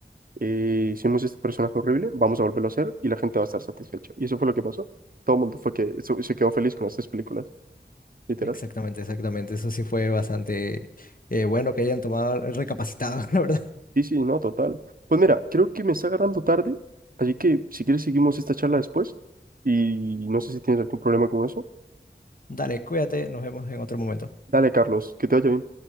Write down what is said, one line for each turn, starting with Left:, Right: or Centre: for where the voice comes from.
Right: eh, hicimos este personaje horrible, vamos a volverlo a hacer y la gente va a estar satisfecha. Y eso fue lo que pasó. Todo el mundo fue que se, se quedó feliz con las tres películas, literal.
Left: Exactamente, exactamente. Eso sí fue bastante eh, bueno que hayan tomado, recapacitado, <laughs> la verdad.
Right: Sí, sí, no, total. Pues mira, creo que me está agarrando tarde, así que si quieres seguimos esta charla después y no sé si tienes algún problema con eso.
Left: Dale, cuídate, nos vemos en otro momento.
Right: Dale, Carlos, que te vaya bien.